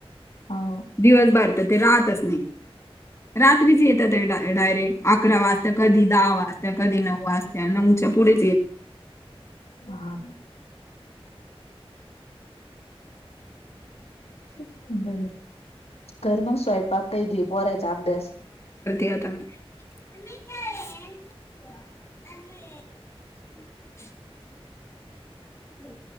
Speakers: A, on the left; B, on the left.
A: हो
B: दिवस भरत ते रातच नाही रात्रीच येतातात डा. डायरेक्ट अकरा वाजता कधी दहा वाजता्या कधी नऊ वाजता्या नऊच्या पुढे
A: ह. सम घर मग स्वयंपाक काही घे पोहरायचा अभ्यास.
B: ता <inaudible> हम्!